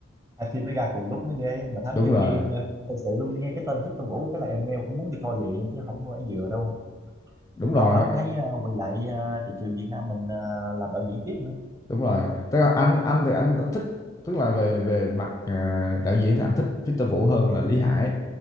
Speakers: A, on the right (about 15°); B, on the left (about 15°).
A: hai phim nó ra cùng lúc mới ghê mà Thám
B: đúng
A: Tử
B: rồi
A: Kiên ờ, thật sự luôn nghe cái tên Victor Vũ cái là em nghe cũng muốn đi coi liền luôn chứ không có phải vừa đâu
B: đúng
A: lâu
B: rồi
A: lắm mới thấy ờ, quay lại ờ, thị trường Việt Nam mình ờ, làm đạo diễn tiếp
B: đúng rồi tức là anh anh thì anh, anh thích tức là về về mặt à, đạo diễn thì anh thích Victor Vũ hơn là Lý Hải